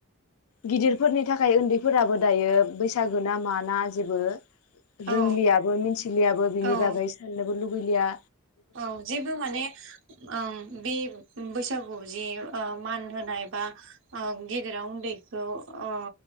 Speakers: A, on the left; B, on the right.
A: गिदिरफोरनि थाखाय उन्दैफोराबो दायो बैसागो ना माना जेबो रोंलियाबो
B: औ
A: मिथिलियाबो बिनि
B: औ
A: बागै साननोबो लुबै बैलिया।
B: औ जेबो माने ओं बे बैसागु जि ओ मान होनाय एबा ओ गिदिरा उन्दैखौ ओ